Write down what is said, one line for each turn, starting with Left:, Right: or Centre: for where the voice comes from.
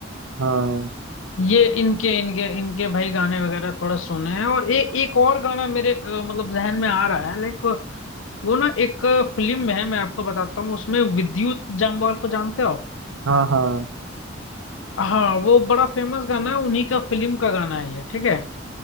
Right: हाँ
Left: ये इनके इनके इनके भाई गाने वगैरह थोड़ा सुने हैं और ए, एक और गाना मेरे अ, मतलब जहन में आ रहा है लाइक वो ना एक फिल्म में है मैं आपको बताता हूँ उसमें विद्युत जामवाल को जानते हो
Right: हाँ हाँ
Left: हाँ वो बड़ा फेमस गाना है उन्हीं का फिल्म का गाना है ये ठीक है